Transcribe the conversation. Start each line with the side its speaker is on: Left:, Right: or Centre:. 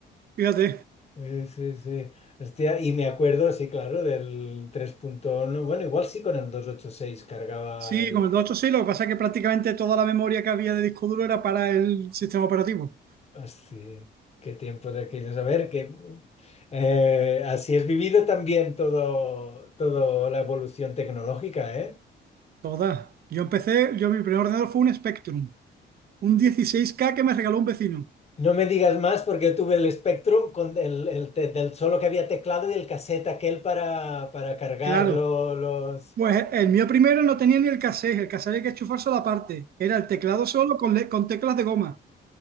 Right: Fíjate.
Left: Sí, sí, sí. Hostia, y me acuerdo, sí, claro, del tres punto uno. Bueno, igual sí con el 286 cargaba
Right: Sí,
Left: el...
Right: con el 286 lo que pasa es que prácticamente toda la memoria que había de disco duro era para el sistema operativo.
Left: Hostia, qué tiempos aquellos. A ver, que eh, así es vivido también todo, todo la evolución tecnológica, ¿eh?
Right: Toda. Yo empecé, yo mi primer ordenador fue un Spectrum, un dieciséis k que me regaló un vecino.
Left: No me digas más porque yo tuve el Spectrum con el, el te- del solo que había teclado y el cassette aquel para, para cargarlo,
Right: Claro.
Left: los...
Right: Pues el mío primero no tenía ni el cassette, el cassette había que enchufárselo aparte. Era el teclado solo con, le- con teclas de goma.